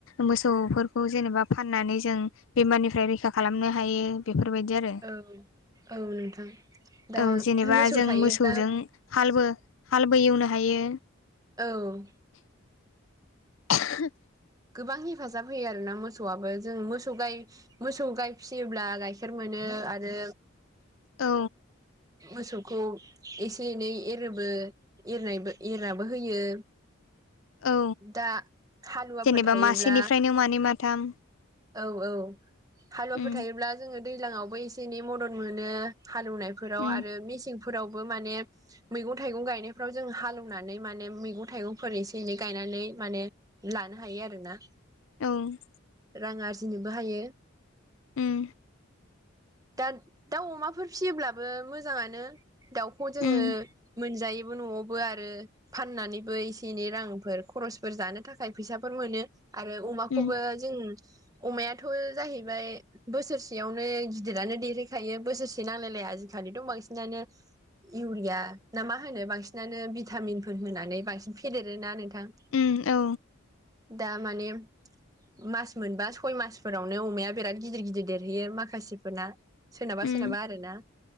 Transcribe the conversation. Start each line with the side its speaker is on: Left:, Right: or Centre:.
Left: मोसौफोरखौ जेनेबा फाननानै जों बेमारनिफ्राय रैखा खालामनो हायो बेफोरबायदि आरो।
Right: औ औ नोंथां दा
Left: औ जेनेबा
Right: मोसौ
Left: जों
Right: थायोब्ला
Left: मोसौजों हालबो- हालबो एवनो हायो।
Right: औ।
Left: <inaudible>
Right: गोबां हेफाजाब होयो आरोना मोसौआबो जों मोसौ गाय मोसौ गाइ फियोब्ला गाइखेर मोनो आरो
Left: औ।
Right: मोसौखौ एसे एनै एरोबो एरनायबो -एरनाबो होयो।
Left: औ
Right: दा हालुवाफोर
Left: जेनेबा
Right: थायोब्ला
Left: मासेनिफ्रायनो मानै माथाम
Right: औ औ हालुवाफोर
Left: उम
Right: थायोब्ला जोङो दैलाङावबो एसे एनै मदद मोनो हालौवनायफोराव
Left: उम
Right: आरो मेसेंफोरावबो माने मैगं-थाइगं गायनायफ्राव जों हालौनानै माने मैगं थाइगंफोर एसे एनै गायनानै माने लानो हायो आरोना
Left: औ उम
Right: रां आरजिनोबो हायो।
Left: ओम।
Right: दा दाउ अमाफोर फियोब्लाबो मोजाङानो। दाउखौ जोङो
Left: उम
Right: मोनजायोबो न'आव बो आरो फाननानैबो एसे एनै रांफोर खर'सफोर जानो थाखाय फैसाफोर मोनो आरो अमाखौबो
Left: उम
Right: जों अमायाथ' जाहैबाय बोसोरसेयावनो गिदिरानो देरहैखायो बोसोरसे नांलायलाया आजिखालिथ' बांसिनानो इउरिया ना मा होनो बांसिनानो भिथामिनफोर होनानै बांसिन फेदेरोना नों थां
Left: उम औ
Right: दा माने मास मोनबा सय मासफोरावनो अमाया बेराद गिदिर गिदिर देरहैयो माखासेफोरना। सोरनाबा
Left: उम
Right: सोरनाबा आरोना